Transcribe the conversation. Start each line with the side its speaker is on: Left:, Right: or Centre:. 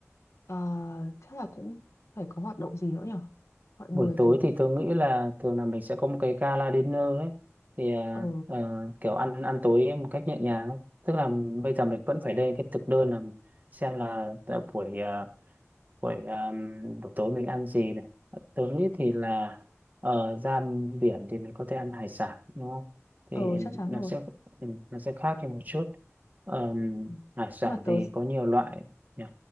Left: ờ, chắc là cũng phải có hoạt động gì nữa nhỉ mọi người
Right: Buổi tối
Left: thì
Right: thì tôi nghĩ là thường là mình sẽ có một cái gala dinner ấy thì à,
Left: ờ
Right: ờ, kiểu ăn ăn tối một cách nhẹ nhàng ấy. Tức là bây giờ mình vẫn phải lên cái thực đơn là xem là tại buổi à, buổi um, buổi tối mình ăn gì này tớ nghĩ thì là ở ra biển thì mình có thể ăn hải sản đúng không thì
Left: ờ chắc chắn
Right: nó
Left: rồi
Right: sẽ nó sẽ khác đi một chút Ờm,
Left: ừ.
Right: hải sản
Left: nhưng mà tớ
Right: thì có nhiều loại nhỉ